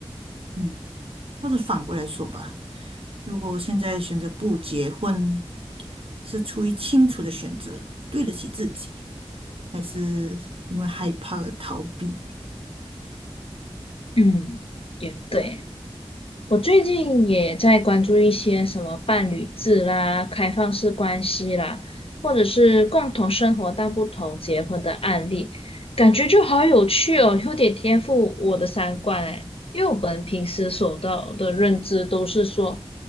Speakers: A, on the right; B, on the left.
A: 嗯，或者反过来说吧，如果现在选择不结婚，是出于清楚的选择，对得起自己，还是因为害怕而逃避？
B: 嗯，也对。我最近也在关注一些什么伴侣制啦、开放式关系啦，或者是共同生活但不同结婚的案例，感觉就好有趣哦，有点颠覆我的三观哎。因为我们平时所到的认知都是说，